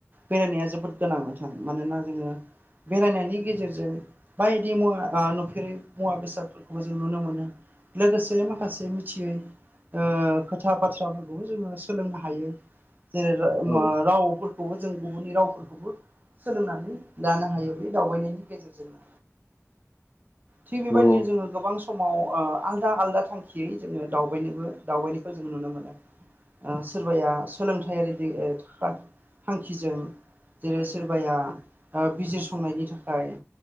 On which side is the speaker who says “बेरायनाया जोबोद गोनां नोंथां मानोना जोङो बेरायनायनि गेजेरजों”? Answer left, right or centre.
Right